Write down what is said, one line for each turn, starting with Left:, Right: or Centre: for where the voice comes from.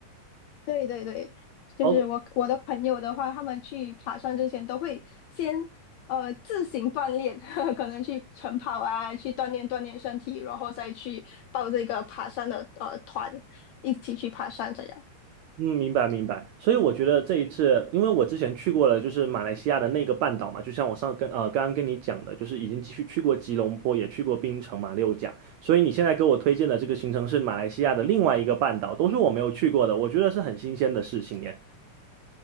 Left: 对对对，就是我我的朋友的话，
Right: OK
Left: 他们去爬山之前都会先呃自行锻炼，<laughs> 可能去晨跑啊，去锻炼锻炼身体，然后再去报这个爬山的呃团，一起去爬山这样。
Right: 嗯，明白明白。所以我觉得这一次，因为我之前去过了，就是马来西亚的那个半岛嘛，就像我上跟呃刚刚跟你讲的，就是已经去去过吉隆坡，也去过槟城、马六甲。所以你现在给我推荐的这个行程是马来西亚的另外一个半岛，都是我没有去过的，我觉得是很新鲜的事情耶。